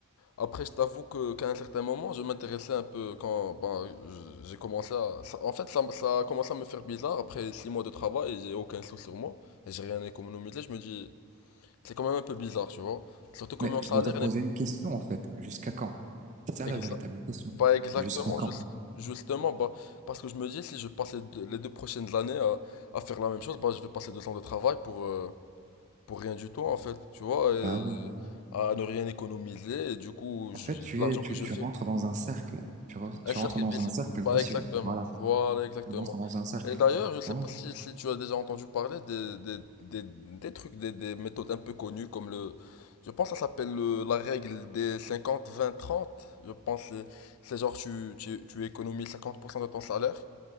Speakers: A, on the left; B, on the right.
A: Après, je t'avoue que qu'à un certain moment, je m'intéressais un peu quand bah, je- j'ai commencé à... ça- en fait, ça, m- ça a commencé à me faire bizarre après six mois de travail et j'ai aucun sou sur moi et j'ai rien économisé. Je me dis, c'est quand même un peu bizarre, tu vois. Surtout que
B: Mais
A: mon
B: tu
A: salaire
B: dois te poser une question, en fait. Jusqu'à quand? C'est ça
A: Exa-
B: la véritable question.
A: Bah exactement,
B: Jusqu'à quand?
A: jus- justement, bah, parce que je me dis, si je passe les deux, les deux prochaines années à, à faire la même chose, bah, je vais passer deux ans de travail pour, euh, pour rien du tout, en fait, tu vois, et
B: Bah oui.
A: à ne rien économiser, et du coup,
B: En
A: je-
B: fait, tu
A: l'argent
B: es, tu,
A: que je
B: tu
A: fais,
B: rentres dans un cercle. Tu, re- tu
A: un circuit
B: rentres dans
A: vicieux.
B: un cercle
A: Bah
B: vicieux.
A: exactement.
B: Voilà.
A: Voilà, exactement.
B: Tu rentres dans un cercle.
A: Et d'ailleurs, je sais
B: Bon,
A: pas si, si tu as déjà entendu parler des, des, des, des trucs, des, des méthodes un peu connues comme le... Je pense que ça s'appelle le- la règle des cinquante vingt trente Je pense que c'est genre tu, tu, tu économises 50% de ton salaire,